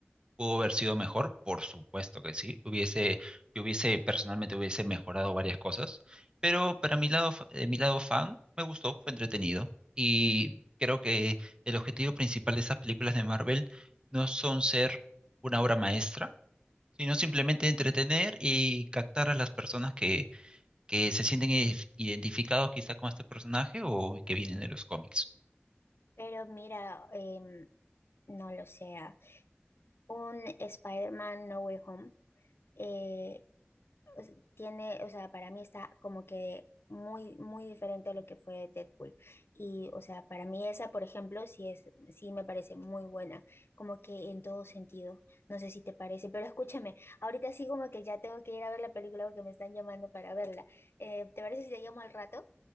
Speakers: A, on the right; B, on the left.
A: pudo haber sido mejor, por supuesto que sí. Hubiese, yo hubiese personalmente hubiese mejorado varias cosas, pero para mi lado, fa- de mi lado fan, me gustó, fue entretenido y creo que el objetivo principal de esas películas de Marvel no son ser una obra maestra, sino simplemente entretener y captar a las personas que, que se sienten identif- identificados quizá con este personaje o que vienen de los cómics.
B: Pero mira, em, no lo sea. Un Spider-Man No Way Home. eh, pues, tiene, o sea, para mí está como que muy, muy diferente a lo que fue Deadpool. Y, o sea, para mí esa, por ejemplo, sí es, sí me parece muy buena, como que en todo sentido. No sé si te parece, pero escúchame, ahorita sí como que ya tengo que ir a ver la película porque me están llamando para verla. Eh, ¿te parece si te llamo al rato?